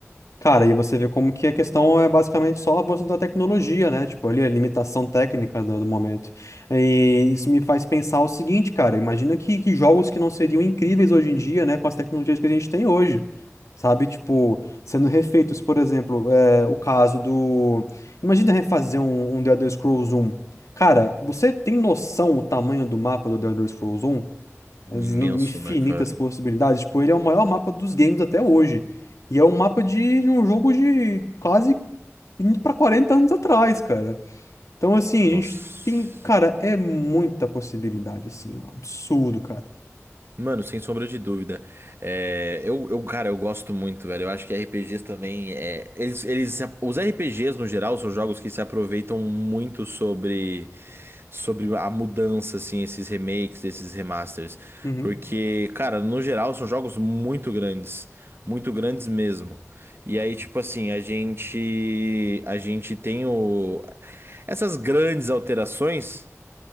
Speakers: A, on the left (about 90°); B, on the right (about 50°).
A: Cara, e você vê como que a questão é basicamente só o avanço da tecnologia, né? Tipo, ali a limitação técnica do, do momento. E isso me faz pensar o seguinte, cara, imagina que, que jogos que não seriam incríveis hoje em dia, né, com as tecnologias que a gente tem hoje, sabe? Tipo, sendo refeitos, por exemplo, é, o caso do... Imagina refazer um, um The Elder Scrolls 1. Cara, você tem noção o tamanho do mapa do The Elder Scrolls 1? as
B: Imenso,
A: inu- infinitas
B: né, cara?
A: possibilidades. Tipo, ele é o maior mapa dos games até hoje. E é um mapa de um jogo de quase indo pra 40 anos atrás, cara. Então, assim,
B: Nossa.
A: a gente tem. Cara, é muita possibilidade, assim. Um absurdo, cara.
B: Mano, sem sombra de dúvida. É, eu, eu, cara, eu gosto muito, velho. Eu acho que RPGs também. é, eles, eles, se ap- os RPGs, no geral, são jogos que se aproveitam muito sobre, sobre a mudança, assim, esses remakes, esses remasters.
A: Uhum,
B: Porque, cara, no geral, são jogos muito grandes. Muito grandes mesmo. E aí, tipo assim, a gente. A gente tem o. Essas grandes alterações.